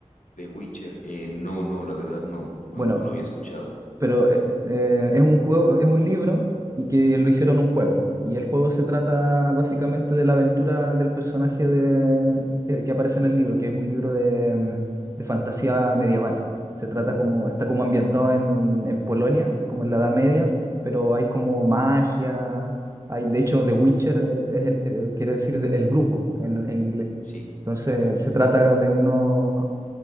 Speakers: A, on the left (about 90°); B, on the right (about 25°).
A: The Witcher, eh, no, no, la verdad no, no,
B: Bueno,
A: no lo había escuchado.
B: pero eh, eh, es un juego, es un libro y que lo hicieron un juego. Y el juego se trata básicamente de la aventura del personaje de, que, que aparece en el libro, que es un libro de, mm, de fantasía medieval. Se trata como, está como ambientado en, en Polonia, como en la Edad Media, pero hay como magia, hay, de hecho, The Witcher eh, es el- eh, quiere decir de- el brujo en, en inglés.
A: Sí.
B: Entonces se trata de unos